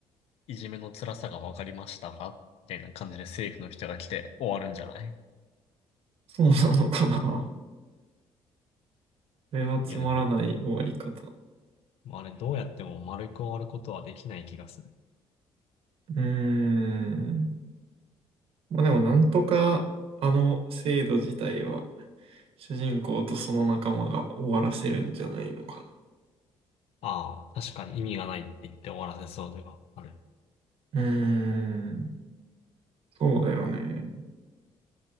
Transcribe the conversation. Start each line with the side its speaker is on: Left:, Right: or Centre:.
Left: いじめの辛さが分かりましたかみたいな感じで政府の人が来て終わるんじゃない
Right: そうなのかな。<laughs> これはつまらない終わり方。
Left: いやでも、あれどうやっても丸く終わることはできない気がする。
Right: うーん。まあでもなんとかあの制度自体は主人公とその仲間が終わらせるんじゃないのか
Left: ああ、確かに意味がないって言って終わらせそうではある。
Right: な。うーん。そうだよね。